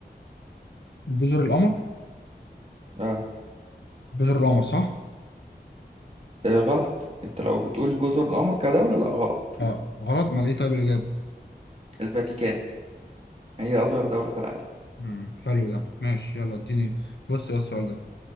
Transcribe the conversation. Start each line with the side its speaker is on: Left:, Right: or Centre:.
Left: جزر القمر
Right: اه
Left: جزر القمر صح؟
Right: آه، غلط انت لو بتقول جزر القمر كدولة لا غلط
Left: اه غلط ما ليه طيب الإجابة
Right: الفاتيكان هي أصغر دولة في العالم
Left: مم. حلو ده ماشي يلا اديني بص يا السؤال ده